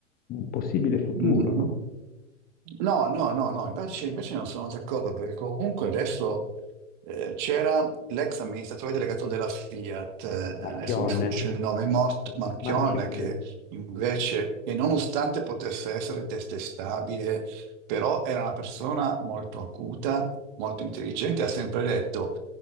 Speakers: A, on the left (about 25°); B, on the right (about 40°).
A: un possibile futuro,
B: Mm,
A: no?
B: no, no, no, no, invece, invece non sono d'accordo perché comunque adesso eh, c'era l'ex amministratore delegato della Fiat, eh, adesso
A: Marchionne,
B: mi sfugge il nome, Mort Marchionne,
A: Marchionne.
B: che invece, e nonostante potesse essere detestabile, però era una persona molto acuta, molto intelligente, ha sempre detto,